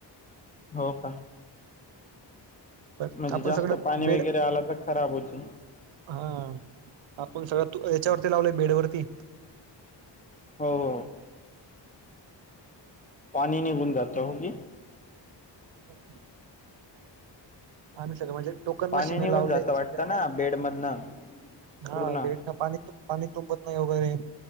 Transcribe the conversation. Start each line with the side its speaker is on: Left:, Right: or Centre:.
Left: हो का?
Right: पण
Left: म्हणजे
Right: आपण
Left: जास्त
Right: सगळं
Left: पाणी
Right: बेड
Left: वगैरे आला तर खराब होते.
Right: हा आपण सगळ तू याच्यावरती लावलेय बेड वरती
Left: हो. पाणी नाही बुन जा च हो की
Right: बर. आम् सगळ म्हणेो. कोकन
Left: पाणी
Right: मशीने
Left: निघून
Right: लावले
Left: जातं वाटतं
Right: सगळ्या
Left: ना बेडमधनं पूर्ण
Right: हा भेड पाणी त. पाणी तुंबत नाही वगैरे